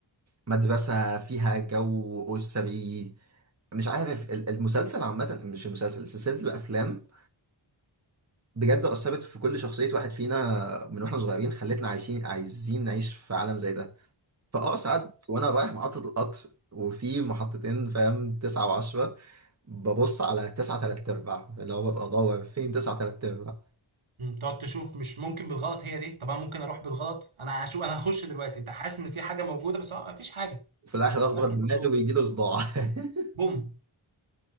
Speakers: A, on the right; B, on the right.
A: مدرسة فيها جو اسري مش عارف ال- المسلسل عامة مش المسلسل سلسلة الافلام بجد اثرت في كل شخصية واحد فينا من واحنا صغيرين خلتنا عايشين عايزين نعيش في عالم زي ده فاه ساعات وانا رايح محطة القطر وفي محطتين فاهم تسعة وعشرة ببص على تسعة تلات أرباع اللي هو ببقى أدور فين تسعة تلات أرباع
B: مم، تقعد تشوف مش ممكن بالغلط هي دي طب انا ممكن اروح بالغلط انا هشوف انا هخش دلوقتي انت حاسس ان في حاجه موجوده بس هو مفيش حاجه
A: في الاخر اخبط
B: في الاخر
A: دماغي
B: كله
A: ويجي له صداع <laughs>
B: بوم